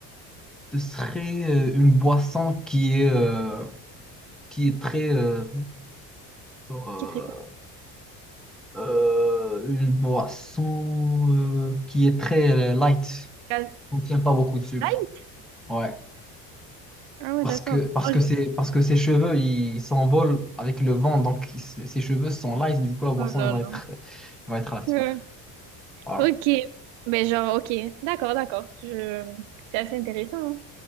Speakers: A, in the centre; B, on the right.
A: ce serait euh, une boisson qui est, euh, qui est très... euh, euh,
B: qui serait quoi?
A: euh, une boisson euh, qui est très euh, light.
B: La
A: contient pas beaucoup de sucre.
B: Sprite?
A: Ouais.
B: Ah ouais,
A: Parce
B: d'accord.
A: que, parce
B: Oh,
A: que,
B: je-
A: ses, parce que ses cheveux, ils s'envolent avec le vent. Donc, ils- ses ses cheveux sont lisses. Du coup, la boisson,
B: oh là
A: elle va
B: là.
A: être, elle va être lisse.
B: Ouais.
A: Voilà.
B: Ok, mais genre, ok, d'accord, d'accord. Je... C'est assez intéressant. hein.